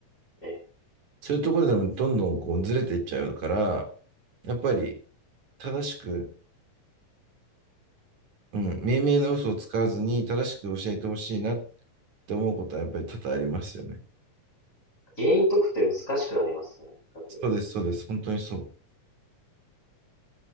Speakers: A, on the left; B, on the right.
A: ええ
B: そういうところでもどんどんこうずれていっちゃうから、やっぱり正しく、うん、明明な嘘を使わずに正しく教えてほしいなって思うことはやっぱり多々ありますよね。
A: 原因解くって難しくなりますからね、学力。
B: そうです、そうです。本当にそう。